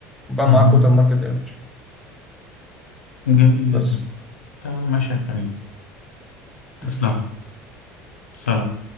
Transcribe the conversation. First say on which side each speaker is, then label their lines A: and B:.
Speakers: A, in the centre; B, on the left.
A: وبقى
B: مهم.
A: معاك ووتر ماركت ايمج
B: جميل
A: بس
B: جدا تمام ماشي يا كريم تسلم
A: ماشي
B: سلام